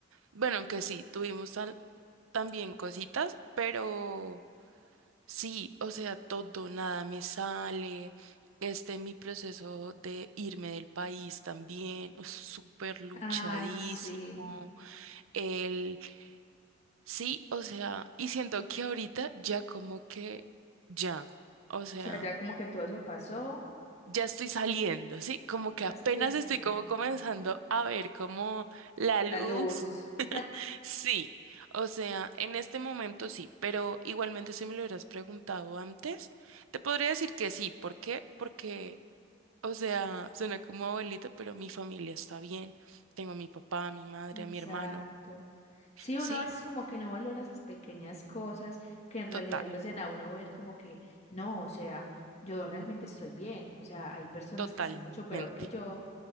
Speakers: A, on the right (about 80°); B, on the left (about 30°).
A: Bueno, aunque sí, tuvimos tal- también cositas, pero... Sí, o sea, todo, nada me sale. Este, mi proceso de irme del país también, es súper luchadísimo.
B: Ay, sí.
A: El, sí, o sea, y siento que ahorita ya como que, ya, o sea,
B: O sea, ya como que todo eso pasó.
A: ya estoy saliendo, ¿sí? Como que
B: Estás
A: apenas
B: saliendo.
A: estoy
B: ah,
A: como comenzando a ver como la luz
B: La luz. <laughs>
A: Sí, o sea, en este momento sí, pero igualmente si me lo hubieras preguntado antes, te podría decir que sí. ¿Por qué? Porque, o sea, suena como abuelita, pero mi familia está bien. Tengo a mi papá, a mi madre,
B: Exacto.
A: a mi hermano.
B: Sí,
A: Sí,
B: uno a veces como que no valora esas pequeñas cosas que en realidad
A: total,
B: lo hacen a uno ver como que no, o sea, yo realmente estoy bien, o sea, hay personas
A: totalmente.
B: que están mucho peor que yo,